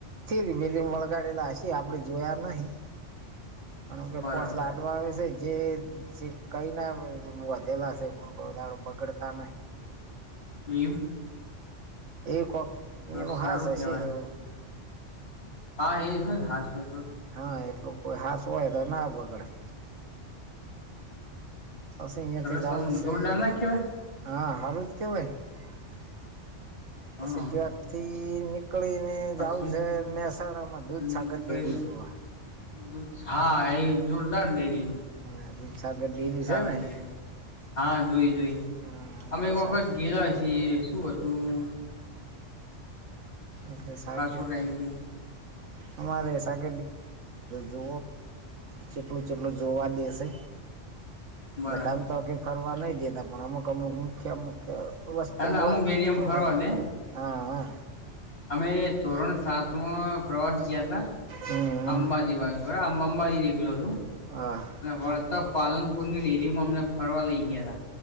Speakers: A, on the right; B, on the left.
A: ફે બેલી વળગાડેલા હશે આપડે જોયા નહીં. અને કે
B: બરાબર
A: પોસ લાટવા આવે છે જ જે જે કંઈ ના વધેલાશે પણ કોઈ દાડો બગડતા નહીં.
B: એમ
A: એ કક
B: તો
A: ન
B: સારું
A: હાાસ હ
B: કેવાય
A: છે એવું
B: હા એ હાસપસ પ
A: હા એટલું કોઈ હાાસ હોય તો ના બગડે પશે અહિયાયાથી
B: સરસ
A: જઉુંશે
B: આમ જોરદાર ના કેવાય
A: હા હારત કેવાનછી
B: હા
A: વાથી કળ ને
B: પછી
A: જવું છે મહેસાણા માં દૂધસાગર
B: નીકળી
A: ડેરી જોવા
B: દૂધ હા એ જોરદારને ડેરી
A: હા દૂધસાગર ડેરી
B: દૂધ સાર
A: છે ને
B: ડેરી હા જોઈ જોઈ
A: હા
B: અમે એક વખત ગેલા છીએ શું હતું.
A: એકલે સાાર
B: ખાસો ટાઈમ થયો
A: હ મારે શગ જો જેટલું જેટલું જોવા દેશે
B: બરાબર
A: બતાવ તો કે ફરવા નઈ દેતા પણ અમુક અમુક મુખ્ય અમુખ્ય વસ્તુ
B: ના અમુક એરિયામાં
A: શ
B: ફરવા દે
A: હા
B: અમે ધરણ સાતમાં પ્રવાસ ગયા હતા
A: હમ
B: અંબાજી બાજુ અંબાજી અંબાજી નીકણો છુ.
A: હા
B: અને વળતા પાલનપુર ની ડેરી માં અમને ફરવા લઇ ગયા હતા.